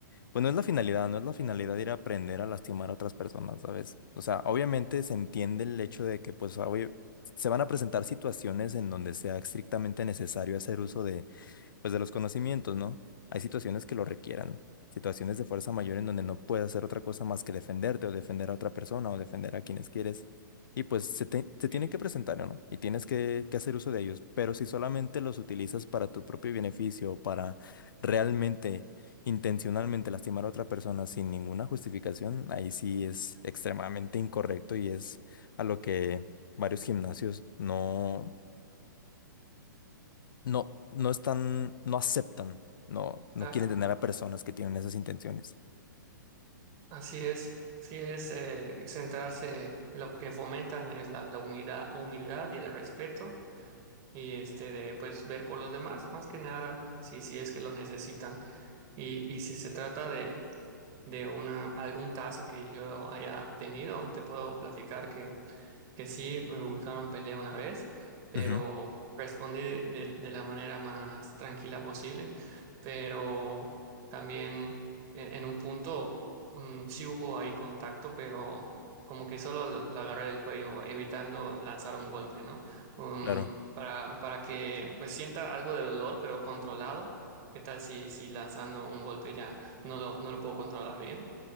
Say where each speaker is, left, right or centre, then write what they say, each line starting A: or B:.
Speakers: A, on the left; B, on the right.
A: pues no es la finalidad, no es la finalidad ir a aprender a lastimar a otras personas, ¿sabes? O sea, obviamente se entiende el hecho de que, pues, obvio- se van a presentar situaciones en donde sea estrictamente necesario hacer uso de pues de los conocimientos, ¿no? Hay situaciones que lo requieran, situaciones de fuerza mayor en donde no puedes hacer otra cosa más que defenderte o defender a otra persona o defender a quienes quieres. Y pues se, te, se tienen
B: Sí.
A: que presentar, ¿no? Y tienes que, que hacer uso de ellos. Pero si solamente los utilizas para tu propio beneficio, o para realmente, intencionalmente lastimar a otra persona sin ninguna justificación, ahí sí es extremadamente incorrecto y es a lo que varios gimnasios no no, no están, no aceptan, no, no
B: Claro,
A: quieren tener a personas que tienen esas intenciones.
B: así es. Así es eh, centrarse, lo que fomentan es la, la humildad, humildad y el respeto y este de pues ver por los demás, más que nada, si, si es que lo necesitan. Y, y si se trata de de una, algún caso que yo haya tenido. Te puedo platicar que, que sí, me buscaron pelea una vez, pero
A: Ujú,
B: respondí de, de- de la manera más tranquila posible. Pero también en, en un punto mm, sí hubo ahí contacto, pero como que solo lo, lo agarré el cuello, evitando lanzar un golpe, ¿no? Um,
A: Claro,
B: para, para que pues sienta algo de dolor, pero controlado. ¿Qué tal si, si lanzando un golpe ya? no lo, no lo puedo controlar bien